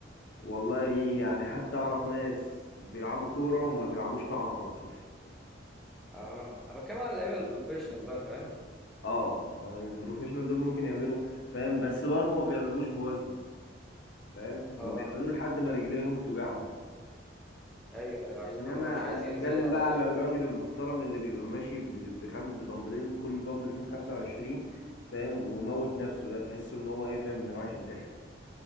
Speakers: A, on the left; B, in the centre.
A: والله يعني حتى اعرف ناس بيلعبوا كورة وما بيلعبوش طعن على طول
B: اه انا بتكلم على اللعيبة البروفيشنال بقى فاهم
A: اه البروفيشنال دول ممكن يعملوا فاهم بس برضه ما بيعملوش بوزن فاهم هما
B: اه
A: بيعملوه لحد ما رجليهم توجعهم
B: ايوه ايوه عشان
A: انما
B: هم مش عايزين
A: انا بتكلم
B: زيادة عضلية
A: بقى على الراجل المحترم اللي بيبقى ماشي ب- بخم... بدمبلين كل دمبل فيهم 25 فاهم وموت نفسه ده تحسه ان هو ايه فاهم رايح ينتحر